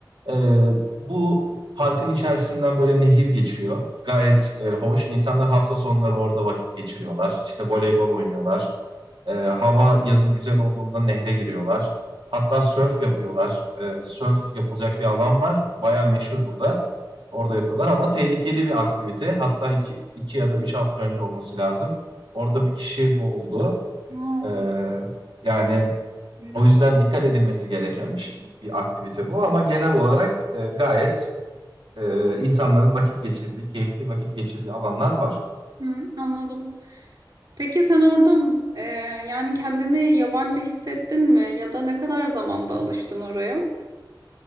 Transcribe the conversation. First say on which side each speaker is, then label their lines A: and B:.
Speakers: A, on the right; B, on the right.
A: E, bu parkın içerisinden böyle nehir geçiyor. Gayet e, hoş. İnsanlar hafta sonları orada vakit geçiriyorlar. İşte voleybol oynuyorlar. E, hava yazın güzel olduğunda nehre giriyorlar. Hatta sörf yapıyorlar. E, sörf yapılacak bir alan var. Bayağı meşhur burada. Orada yapıyorlar ama tehlikeli bir aktivite. Hatta iki, iki ya da üç hafta önce olması lazım. Orada bir kişi boğuldu.
B: Aa,
A: Ee, yani
B: evet.
A: o yüzden dikkat edilmesi gereken bir, şey- bir aktivite bu. Ama genel olarak e, gayet e, insanların vakit geçirdiği, keyifli vakit geçirdiği alanlar var.
B: Hı, anladım. Peki sen orada e, yani kendini yabancı hissettin mi ya da ne kadar zamanda alıştın oraya?